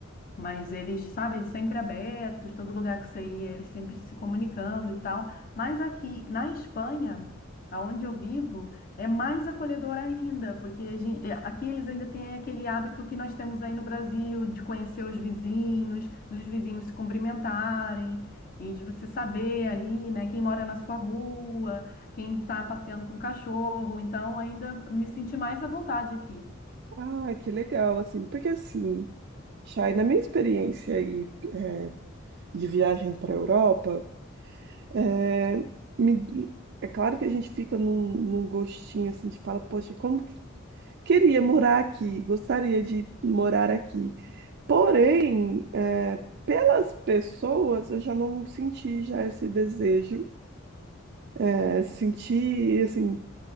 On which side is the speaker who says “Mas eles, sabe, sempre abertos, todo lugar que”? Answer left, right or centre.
Left